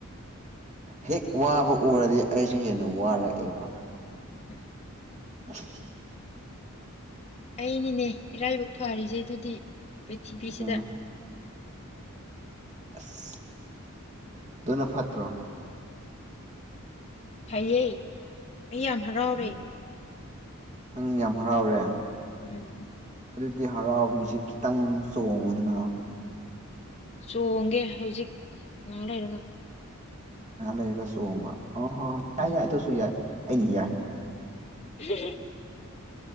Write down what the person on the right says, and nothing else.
ꯍꯦꯛ ꯋꯥꯕ ꯎꯔꯗꯤ ꯑꯩꯁꯨ ꯍꯦꯟꯅ ꯋꯥꯔꯛꯑꯦꯕ
<unintelligible>
ꯎꯝ ꯑꯁ ꯑꯗꯨꯅ ꯐꯠꯇ꯭ꯔꯣ
ꯎꯝ ꯅꯪ ꯌꯥꯝ ꯍꯔꯥꯎꯔꯦ
ꯑꯗꯨꯗꯤ ꯍꯔꯥꯎꯕꯒꯤꯁꯦ ꯈꯤꯇꯪ ꯆꯣꯡꯉꯨꯗꯅ
ꯉ ꯂꯩꯔꯒ ꯁꯨꯍꯕ ꯑꯣ ꯍꯣ ꯍ
ꯌꯥꯏ ꯌꯥꯏ ꯑꯗꯨꯁꯨ ꯌꯥꯏ ꯑꯩꯅ ꯌꯥꯏ